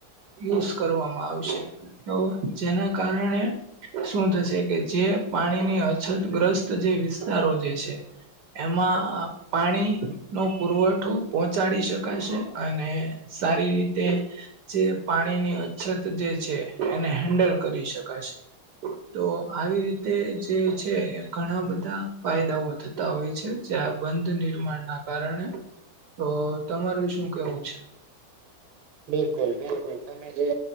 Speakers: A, on the right; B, on the right.
A: યુઝ કરવામાં આવશે તો જેના કારણે શું થશે કે જે પાણીની અછતગ્રસ્ત જે વિસ્તારો જે છે એમાં પાણી નો પુરવઠો પહોંચાડી શકાશે અને સારી રીતે જે પાણીની અછત જે છે એને હેન્ડલ કરી શકાશે તો આવી રીત તે જે છે ઘણા બધા ફાયદાઓ થતા હોય છે. જ્યાં બંધ નિર્માણ ના કારણે તો તમારું શું કેવું છે.
B: બિલકુલ બિલકુલ તમે જે